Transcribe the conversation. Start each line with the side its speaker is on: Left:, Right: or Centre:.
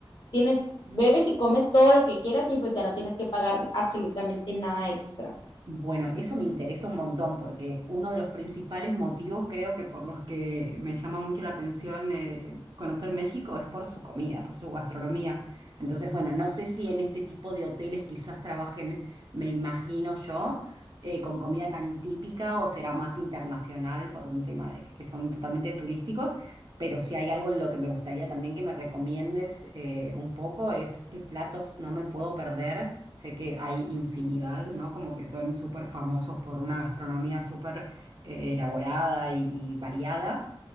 Left: tienes, bebes y comes todo lo que quieras y pues ya no tienes que pagar absolutamente nada extra.
Right: Bueno, eso me interesa un montón porque uno de los principales motivos creo que por los que me llama mucho la atención eh, conocer México es por su comida, por su gastronomía. Entonces, bueno, no sé si en este tipo de hoteles quizás trabajen, me imagino yo, eh, con comida tan típica o será más internacional por un tema de que son totalmente turísticos. Pero si hay algo en lo que me gustaría también que me recomiendes eh, un poco es qué platos no me puedo perder. Sé que hay infinidad, ¿no? Como que son súper famosos por una gastronomía súper eh, elaborada y, y variada.